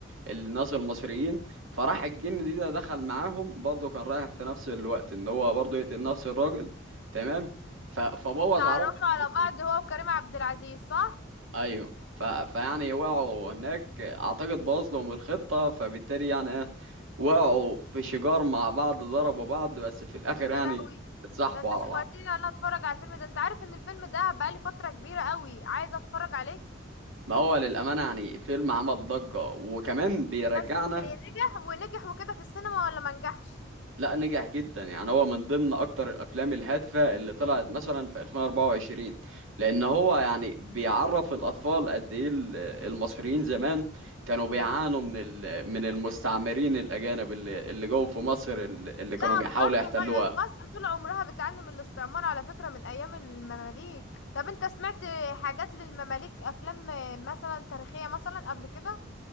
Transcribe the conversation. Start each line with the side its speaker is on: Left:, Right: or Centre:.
Right: الناس المصريين فراح الجن دي ده دخل معاهم برضه كان رايح في نفس الوقت ان هو برضه يقتل نفس الراجل تمام ف- فبوظ
Left: اتعرفوا
Right: عليهم
Left: على
Right: الخطة
Left: بعض هو وكريم عبد العزيز صح
Right: ايوه ف... فيعني وقعوا هناك اعتقد بوظ لهم الخطة فبالتالي يعني ايه وقعوا في شجار مع بعض ضربوا بعض بس في الاخر يعني
Left: يا لهوي
Right: اتصاحبوا
Left: ده انت
Right: على
Left: شوقتني
Right: بعض
Left: انا اتفرج على الفيلم ده انت عارف ان الفيلم ده بقالي فترة كبيرة قوي عايزة اتفرج عليه
Right: ما هو للأمانة يعني فيلم عمل ضجة وكمان بيرجعنا
Left: بس نجح ونجح وكده في السينما ولا ما نجحش
Right: لا نجح جدا يعني هو من ضمن اكتر الافلام الهادفه اللي طلعت مثلا في 2024 لان هو يعني بيعرف الاطفال قد ايه ال- المصريين زمان كانوا بيعانوا من ال- من المستعمرين الاجانب اللي اللي جوه في مصر اللي اللي كانوا
Left: لا
Right: بيحاولوا
Left: برضو
Right: يحتلوها
Left: م- مصر طول عمرها بتعاني من الاستعمار على فكرة من ايام المماليك طب انت سمعت حاجات للمماليك افلام مثلا تاريخية مثلا قبل كده